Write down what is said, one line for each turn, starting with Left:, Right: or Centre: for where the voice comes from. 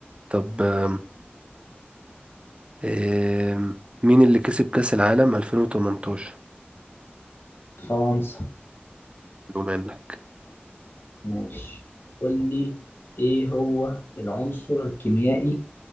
Right: طب آم، آم، مين اللي كسب كأس العالم 2018
Left: فرنسا
Right: لو منك
Left: ماشي قول لي ايه هو العنصر الكيميائي